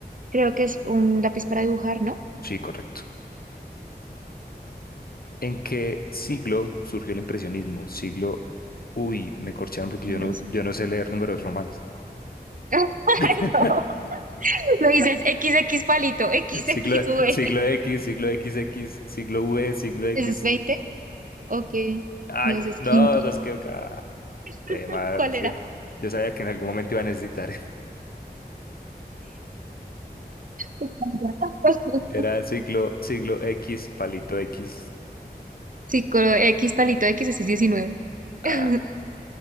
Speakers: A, on the right (about 50°); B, on the left (about 60°).
A: creo que es un lápiz para dibujar, ¿no?
B: Sí, correcto. ¿En qué siglo surgió el impresionismo? Siglo... Uy, me corcharon porque
A: Sí,
B: yo
A: no
B: no,
A: sé.
B: yo no sé leer números romanos.
A: <laughs> Ay,
B: <laughs>
A: no, lo dices XX palito, XXV.
B: Siglo, siglo X, siglo XX, siglo V, siglo X.
A: ¿Ese es veinte. Ok,
B: Ay,
A: no, ese es
B: no,
A: quinto.
B: no se equivocaba.
A: <laughs>
B: Jue madre,
A: ¿Cuál
B: sí.
A: era?
B: Yo sabía que en algún momento iba a necesitar. <laughs>
A: <laughs>
B: Era siglo, siglo X, palito X.
A: Sí, con X palito, X ese es 19.
B: Ah,
A: <laughs>